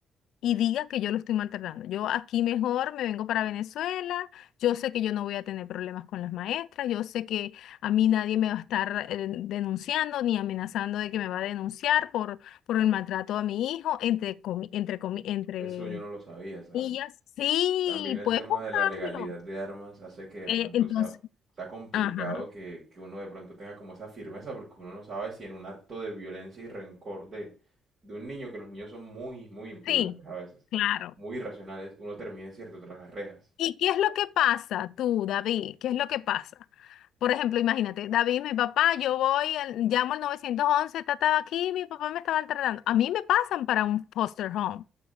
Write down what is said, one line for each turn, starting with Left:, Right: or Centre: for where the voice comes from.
Left: y diga que yo lo estoy maltratando. Yo aquí mejor me vengo para Venezuela, yo sé que yo no voy a tener problemas con las maestras, yo sé que a mí nadie me va a estar eh, denunciando ni amenazando de que me va a denunciar por, por el maltrato a mi hijo, entre, comi- entre, comi- entre
Right: Eso yo no lo sabía, ¿sabes?
Left: comillas. Sí,
Right: También el
Left: puedes
Right: tema
Left: buscarlo.
Right: de la legalidad de armas hace que de
Left: Eh,
Right: pronto
Left: entonces,
Right: sea, sea complicado
Left: ajá,
Right: que, que uno de pronto tenga como esa firmeza, porque uno no sabe si en un acto de violencia y rencor de, de un niño, que los niños son muy, muy imprudentes
Left: sí,
Right: a veces,
Left: claro.
Right: muy irracionales, uno termine, cierto, tras las rejas.
Left: ¿Y qué es lo que pasa tú, David? ¿Qué es lo que pasa? Por ejemplo, imagínate, David, mi papá, yo voy, al- llamo al 911, estaba aquí, mi papá me estaba maltratando. A mí me pasan para un foster home,